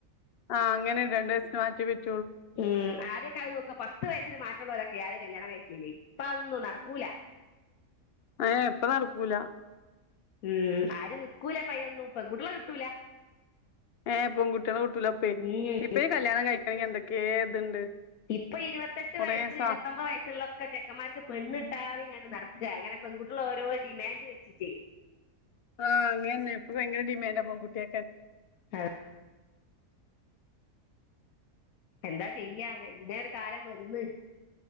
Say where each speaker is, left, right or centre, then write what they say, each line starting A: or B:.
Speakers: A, on the left; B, on the left.
A: ആഹ് അങ്ങനെ രണ്ട് ദിവസന് മാറ്റം പറ്റുള്ളൂ
B: ഉം് ആദ്യൊക്കെ അത് നോക്കാ പത്ത് വയസ്സിന് മാറ്റുള്ളവരൊക്കെ ആദ്യം കല്യാണം കഴിക്ക <inaudible> ഇപ്പ അന്നും നടക്കൂല
A: അ എപ്പ നടക്കൂല
B: ഉ ആരും നിക്കൂല പായിനൊന്നും പെൺകുട്ടിയോളെ കിട്ടൂല
A: ഏ പെൺകുട്ടികളെ കിട്ടില്ല പോ
B: ഉം
A: ഇപ്പ കല്യാണം കഴിക്കണെങ്കി എന്തൊക്കെയെ ഇതുണ്ട്
B: ഇപ്പൊ ഇരുപത്തെട്ട്
A: കൊറേ
B: വയസ്സ്
A: സാ
B: ഇരുപത്തൊമ്പത് വയസ്സുള്ളൊക്കെ ചെക്കന്മാർക്ക് പെണ്ണിട്ടാതെ ഇങ്ങനെ നട അങ്ങനെ പെൺകുട്ടികള ഓരോ ഡിമാൻഡ് വെച്ചിട്ടേ
A: ആഹ് അങ്ങനെന്നെ ഇപ്പൊ ഭയങ്കര ഡിമാൻഡാ പൺകുട്ടിയൊക്കെ
B: അ എന്താ ചെയ്യാ ഇങ്ങനെ ഒരു കാലം വന്ന്